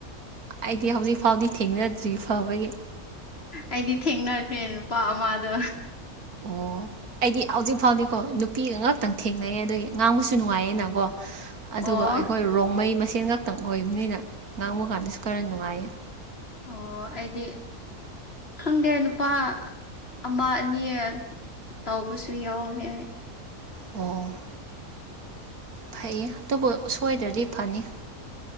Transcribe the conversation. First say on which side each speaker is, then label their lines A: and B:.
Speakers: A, on the right; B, on the left.
A: ꯑꯩꯗꯤ ꯍꯧꯖꯤꯛ ꯐꯥꯎꯗꯤ ꯊꯦꯡꯅꯗ꯭ꯔꯤ ꯐꯕꯒꯤ
B: ꯑꯩꯗꯤ ꯊꯦꯡꯅꯈ꯭ꯔꯦ ꯅꯨꯄꯥ ꯑꯃꯗꯣ
A: ꯑꯣ ꯑꯩꯗꯤ ꯍꯧꯖꯤꯛ ꯐꯥꯎꯗꯤꯀꯣ ꯅꯨꯄꯤ ꯉꯥꯛꯇꯪ ꯊꯦꯡꯅꯩꯌꯦ ꯑꯗꯨꯒꯤ ꯉꯥꯡꯕꯁꯨ ꯅꯨꯡꯉꯥꯏꯌꯦꯅꯀꯣ ꯑꯗꯨꯒ
B: ꯑꯣ
A: ꯑꯩꯈꯣꯏ ꯔꯣꯡꯃꯩ ꯃꯁꯦꯟ ꯉꯥꯛꯇꯪ ꯑꯣꯏꯕꯅꯤꯅ ꯉꯥꯡꯕ ꯀꯥꯟꯗꯁꯨ ꯈꯔ ꯅꯨꯡꯉꯥꯏꯌꯦ
B: ꯑꯣ ꯑꯩꯗꯤ ꯈꯪꯗꯦ ꯅꯨꯄꯥ ꯑꯃ ꯑꯅꯤ ꯇꯧꯕꯁꯨ ꯌꯥꯎꯔꯦ
A: ꯑꯣ ꯐꯩꯌꯦ ꯑꯗꯨꯕꯨ ꯁꯣꯏꯗ꯭ꯔꯗꯤ ꯐꯅꯤ